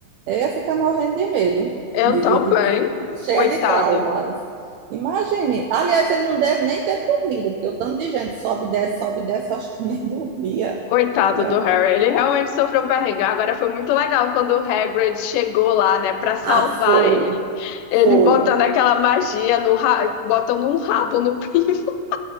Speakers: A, on the right (about 80°); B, on the left (about 80°).
A: Eu ia ficar morrendo de medo,
B: Eu
A: de,
B: também.
A: de- de- cheia
B: Coitado.
A: de traumas. Imagine. Aliás, ele não deve nem ter dormido, porque o tanto de gente sobe e desce, sobe e desce, eu acho que nem <laughs> dormia,
B: Coitado
A: né?
B: do Harry. Ele realmente sofreu um perrengue. Agora foi muito legal quando o Hagrid chegou lá, né, Pra salvar
A: Ah, foi.
B: ele. Ele
A: Foi.
B: botando aquela magia no ra... botando um rabo no pinto. <laughs>